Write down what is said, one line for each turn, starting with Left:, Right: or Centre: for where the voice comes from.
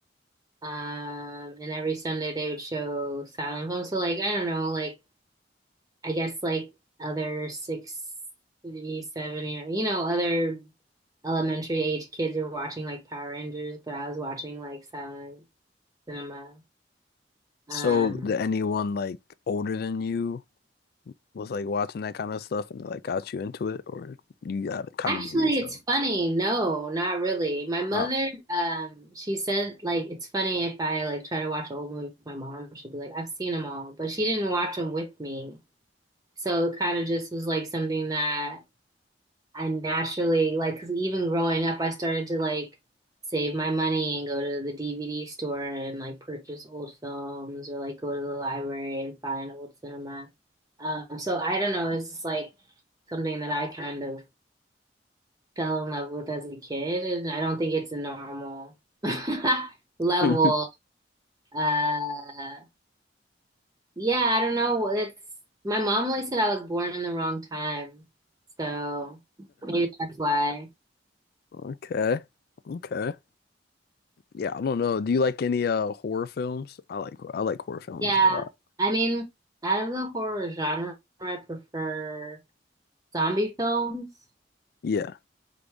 Right: Um, and every Sunday they would show silent films. So like, I don't know, like I guess like other 60, 70, or, you know, other elementary age kids are watching like Power Rangers, but I was watching like silent cinema.
Left: So
Right: Um,
Left: that anyone like older than you was like watching that kind of stuff and like got you into it, or you got it kind
Right: Actually,
Left: of do it yourself?
Right: it's funny. No, not really. My mother,
Left: Oh.
Right: um, she said like it's funny if I like try to watch old movies with my mom, she'll be like, I've seen them all, but she didn't watch them with me. So it kind of just was like something that I naturally like, 'cause even growing up, I started to like save my money and go to the DVD store and like purchase old films or like go to the library and find old cinema. Um, so I don't know, it's just like something that I kind of fell in love with as a kid, and I don't think it's a normal <laughs> level.
Left: <laughs>
Right: Uh, yeah, I don't know. It's my mom always said I was born in the wrong time, so maybe that's why.
Left: Okay. Okay. Yeah, I don't know. Do you like any uh horror films? I like I like horror films
Right: Yeah,
Left: a lot.
Right: I mean, out of the horror genre, I prefer zombie films.
Left: Yeah.